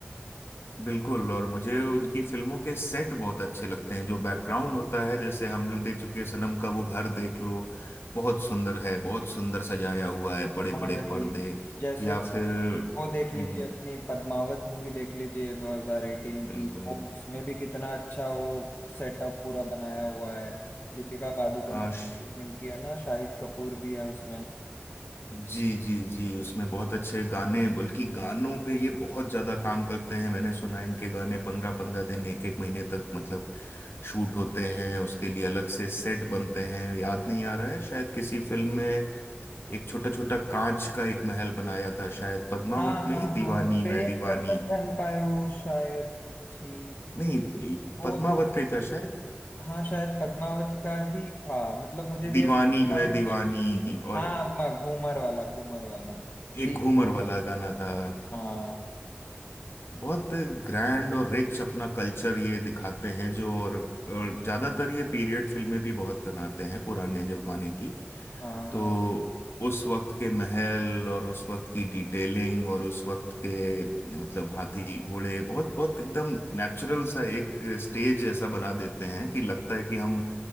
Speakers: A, on the left; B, on the left.
A: बिल्कुल और मुझे उनकी फिल्मों के सेट बहुत अच्छे लगते हैं जो बैकग्राउंड होता है जैसे हम दिल दे चुके सनम का वो घर देख लो बहुत सुंदर है बहुत सुंदर सजाया हुआ है बड़े
B: हाँ
A: बड़े
B: वही
A: पर्दे
B: जैसे
A: या फिर
B: वो देख लीजिए
A: हम्म
B: अपनी पद्मावत मूवी देख लीजिए 2018
A: बिल्कुल
B: की वो उसमें भी कितना अच्छा वो सेटअप पूरा बनाया हुआ है दीपिका पादुकोण
A: आश
B: और रणवीर सिंह की है ना शाहिद कपूर भी है उसमें
A: जी जी जी उसमें बहुत अच्छे गाने बल्कि गानों पे ये बहुत ज्यादा काम करते हैं मैंने सुना है इनके गाने पंद्रह पंद्रह दिन एक एक महीने तक मतलब शूट होते हैं उसके लिए अलग से सेट बनते हैं याद नहीं आ रहा है शायद किसी फिल्म में एक छोटा छोटा कांच का एक महल बनाया था शायद पद्मावत
B: हाँ हाँ
A: में ही
B: हाँ
A: दीवानी
B: प्रेम
A: मैं दीवानी
B: रतन धन पायो शायद थी
A: नहीं ये
B: वो
A: पद्मावत
B: तो
A: का ही था शायद
B: हाँ शायद पद्मावत का ही था मतलब मुझे भी
A: दीवानी
B: ऐसा सारा
A: मैं दीवानी
B: हाँ
A: और
B: म- घूमर वाला घूमर वाला
A: एक
B: दी
A: घूमर वाला गाना था
B: हाँ
A: बहुत ग्रैंड और रिच अपना कल्चर ये दिखाते हैं जो और, और ज्यादातर ये पीरियड फिल्में भी बहुत बनाते हैं पुराने जमाने की
B: हाँ
A: तो उस वक्त के महल और उस वक्त की डिटेलिंग और उस वक्त के मतलब हाथी घोड़े बहुत बहुत एकदम नेचुरल सा एक स्टेज ऐसा बना देते हैं कि लगता है कि हम